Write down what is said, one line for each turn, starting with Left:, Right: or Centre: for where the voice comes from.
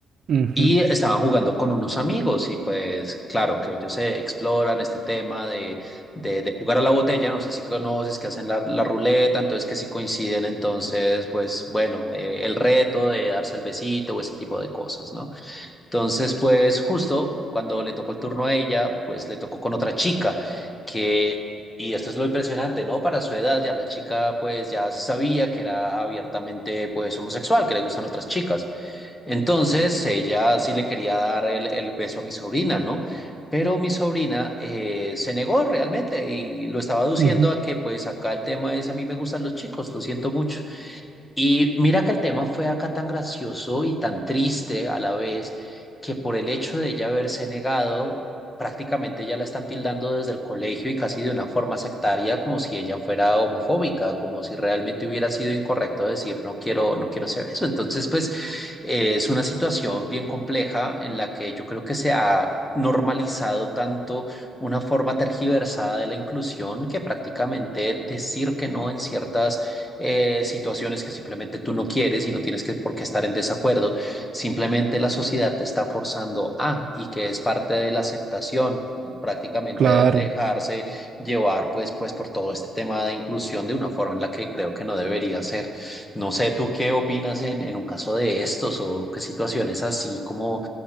Right: Ujú,
Left: Y estaban jugando con unos amigos y pues claro que ellos se exploran este tema de, de, de jugar a la botella, no sé si conoces que hacen la, la ruleta, entonces que si coinciden, entonces pues bueno, eh, el reto de darse el besito o ese tipo de cosas, ¿no? Entonces, pues justo cuando le tocó el turno a ella, pues le tocó con otra chica que, y esto es lo impresionante, ¿no? Para su edad ya la chica pues ya se sabía que era abiertamente pues homosexual, que le gustan otras chicas. Entonces, ella sí le quería dar el, el beso a mi sobrina, ¿no? Pero mi sobrina eh, se negó realmente y lo estaba aduciendo
Right: ujú,
Left: a que pues acá el tema es a mí me gustan los chicos, lo siento mucho. Y mira que el tema fue acá tan gracioso y tan triste a la vez que por el hecho de ella haberse negado, prácticamente ya la están tildando desde el colegio y casi de una forma sectaria, como si ella fuera homofóbica, como si realmente hubiera sido incorrecto decir no quiero, no quiero ese eso Entonces, pues eh, es una situación bien compleja en la que yo creo que se ha normalizado tanto una forma tergiversada de la inclusión que prácticamente decir que no en ciertas eh, situaciones que simplemente tú no quieres y no tienes que, por qué estar en desacuerdo, simplemente la sociedad te está forzando a y que es parte de la aceptación, prácticamente
Right: claro.
Left: dejarse llevar pues, pues por todo este tema de inclusión de una forma en la que creo que no debería ser. No sé, ¿tú qué opinas en, en un caso de estos o qué situaciones así como